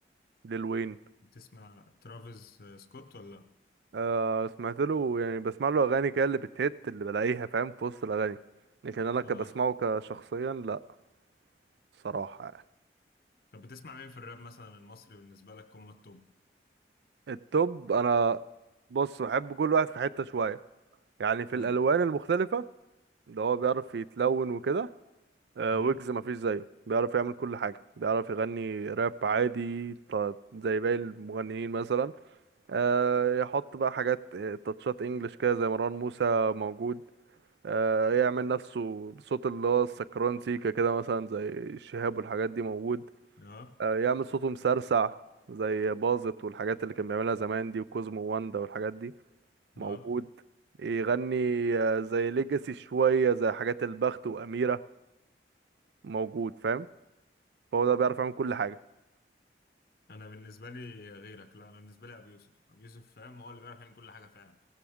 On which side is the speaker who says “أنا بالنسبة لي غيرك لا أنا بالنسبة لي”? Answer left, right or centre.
Left